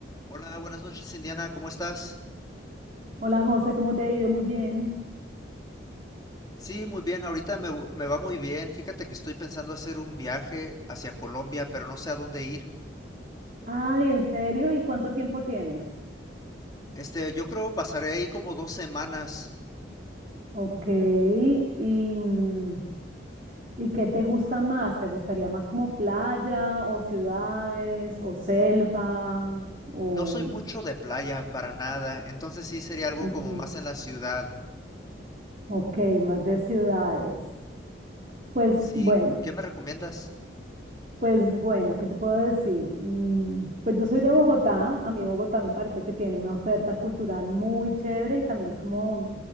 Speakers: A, on the left; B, on the right.
A: Hola, buenas noches, Indiana, ¿cómo estás?
B: Hola José, ¿cómo te ha ido? Muy bien.
A: Sí, muy bien, ahorita me, me va muy bien. Fíjate que estoy pensando hacer un viaje hacia Colombia, pero no sé a dónde ir.
B: Ay, ¿en serio? ¿Y cuánto tiempo tienes?
A: Este, yo creo pasaré ahí como dos semanas.
B: Ok. ¿Y, mm, ¿y qué te gusta más? ¿Te gustaría más como playa o ciudades o selva?
A: N-
B: O,
A: No soy mucho de playa para nada, entonces sí sería algo
B: ok,
A: como más en la ciudad.
B: ok, más de ciudades. Pues
A: Sí,
B: bueno.
A: ¿qué me recomiendas?
B: Pues bueno, ¿qué te puedo decir? Mm, Pues yo soy de Bogotá, a mí Bogotá me parece que tiene una oferta cultural muy chévere y también es como